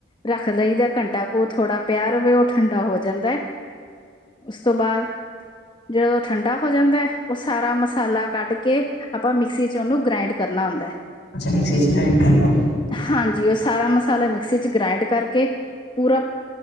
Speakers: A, on the left (about 25°); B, on the left (about 65°).
A: ਰੱਖ ਲਈਦਾ ਘੰਟਾ ਕੁੂ ਥੋੜਾ ਪਿਆ ਰਵੇ ਉਹ ਠੰਡਾ ਹੋ ਜਾਂਦਾ। ਉਸ ਤੋਂ ਬਾਅਦ ਜਿਹੜਾ ਠੰਡਾ ਹੋ ਜਾਂਦਾ ਐ ਉਸ ਸਾਰਾ ਮਸਾਲਾ ਕੱਢ ਕੇ, ਆਪਾਂ ਮਿਕਸੀ ਚ ਉਹਨੂੰ ਗ੍ਰਾਇੰਡ ਕਰਨਾ ਹੁੰਦਾ।
B: ਅੱਛਾ ਮਿਕਸੀ ਗਰਾਇੰਡ ਕਰ ਲੋ
A: ਹਾਂਜੀ ਉਹ ਸਾਰਾ ਮਸਾਲਾ ਮਿਕਸੀ ਚ ਗ੍ਰਾਇੰਡ ਕਰਕੇ ਪੂਰਾ ਪਤ